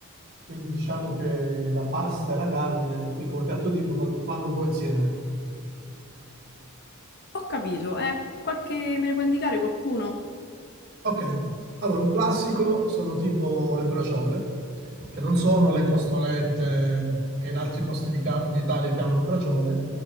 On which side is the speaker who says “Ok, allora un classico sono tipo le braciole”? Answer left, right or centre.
Right